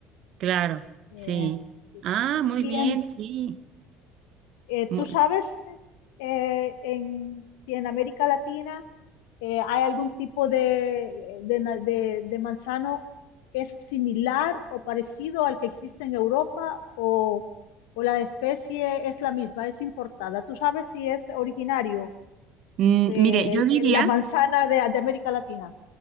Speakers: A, on the right; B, on the left.
A: Claro,
B: Eh,
A: sí.
B: sí.
A: Ah, muy
B: Y
A: bien,
B: en,
A: sí.
B: eh, tú
A: Mu-
B: sabes, eh, en, si en América Latina eh, ¿hay algún tipo de, de, na- de- de manzano que es similar o parecido al que existe en Europa o, o la especie es la misma, es importada? ¿Tú sabes si es originario
A: mm,
B: eh,
A: mire, yo
B: el-
A: diría,
B: el- la manzana de, de América Latina?